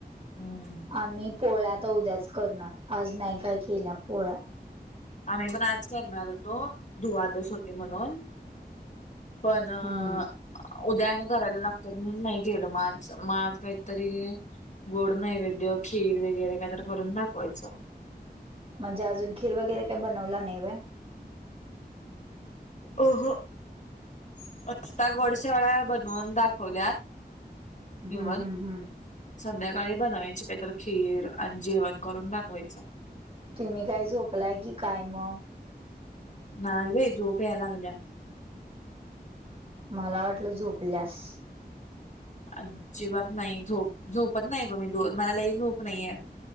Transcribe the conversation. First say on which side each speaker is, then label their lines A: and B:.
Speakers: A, on the left (about 45°); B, on the right (about 35°).
A: हम्म.
B: आम्ही पोळ्या तर उद्याच करणार. आज नाही काय केल्या पोळ्या.
A: आम्ही पण आज करणार होतो दुवादस होती म्हणून- पण अं
B: हम्म
A: उद्या आणि करायला लागतात म्हणून नाही केेलं म आज म आज काहीतरी गोड नैवेद्य खीर वगैरे काहीतर करून दाखवायचं.
B: म्हणजे अजून खीर वगैरे काही बनवला नाही व्हय.
A: अहं <unintelligible> गोड शेवाळ्या बनवून दाखवल्यात
B: हम्म
A: निवद.
B: हम्म हम्म
A: संध्याकाळी बनवायची काहीतरी खीर आणि जेवण करून दाखवायचं.
B: तुम्ही काय झोपलाय की काय मग?
A: ना बाई झोप या लागलीया.
B: मला वाटलं झोपल्यास.
A: अजिबात नाही, झोप झोपत नाही ब मी मला लइ झोप नाहीये.